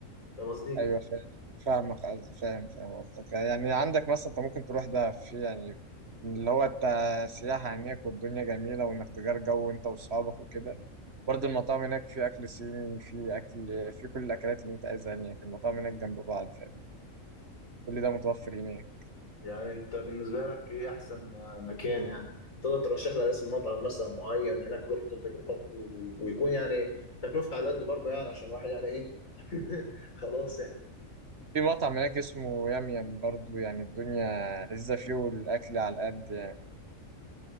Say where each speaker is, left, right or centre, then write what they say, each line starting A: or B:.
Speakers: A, on the left; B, on the right.
A: فاهم قصدي
B: ايوه فا- فاهمك قصد- فاهم فاهم قصدك يعني عندك مثلا انت ممكن تروح ده في يعني اللي هو انت سياحة هناك والدنيا جميلة وانك تجار جو انت واصحابك وكده برضه المطاعم هناك في اكل صيني في اكل في كل الاكلات اللي انت عايزها هناك المطاعم هناك جنب بعض فاهم كل ده متوفر هناك
A: يعني انت بالنسبه لك ايه احسن يعني مكان يعني تقدر ترشح لي اسم مطعم مثلا معين هناك رحت انت جربت و... ويكون يعني تكلفته على قد برضه يعني عشان الواحد يعني ايه <laughs> خلاص يعني
B: في مطعم هناك اسمه يام يام برضه يعني الدنيا لذيذة فيه والاكل على قد يعني